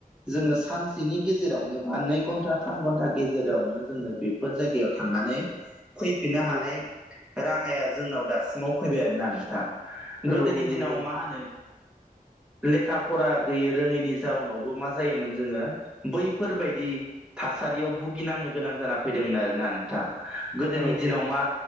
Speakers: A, in the centre; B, on the left (about 25°).
A: जोङो सानसेनि गेजेरावनो बा नै घन्टा थाम घन्टा गेजेरावनो जोङो बेफोर जायगायाव थांनानै फैफिननो
B: औ
A: हानाय राहाया जोंनाव दासिमाव फैबाय आरोना नोंथां
B: औ
A: गोदोनि
B: औ
A: दिनाव
B: नंगौ नोंथां
A: मा होनो लेखा फरा गैयै रोङैनि जाउनावबो मा जायोमोन जोङो बैफोरबायदि थासारियाव भुगिनांनो गोनां जाना फैदोंमोन आरोोना नोंथां गोदोनि
B: औ
A: दिनाव
B: औ
A: मा